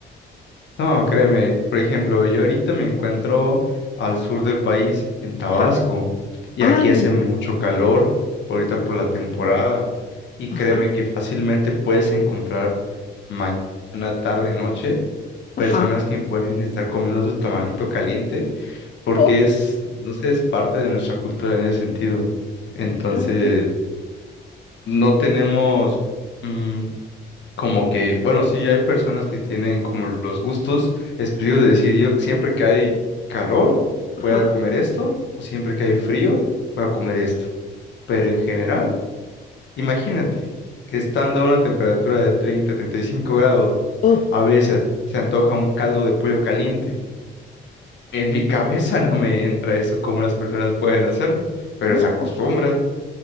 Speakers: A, on the left; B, on the left.
A: No, créeme, por ejemplo, yo ahorita me encuentro al sur del país, en Tabasco,
B: Ajá.
A: y
B: Ah,
A: aquí hace mucho calor, ahorita por la temporada, y
B: ajá,
A: créeme que fácilmente puedes encontrar mañana, tarde, noche, personas
B: ajá.
A: que pueden estar comiendo su tamalito caliente, porque
B: Oh,
A: es, no sé, es parte de nuestra cultura en ese sentido. Entonces...
B: ajá,
A: no tenemos mm, como que, bueno, sí hay personas que tienen como los gustos específicos de decir, yo siempre que hay calor
B: ajá.
A: voy a comer esto, o siempre que hay frío voy a comer esto. Pero en general, imagínate, estando a una temperatura de treinta treinta y cinco grados,
B: Oh,
A: a veces se antoja un caldo de pollo caliente. En mi <laughs> cabeza no me entra eso, cómo las personas pueden hacerlo, pero
B: no.
A: se acostumbra.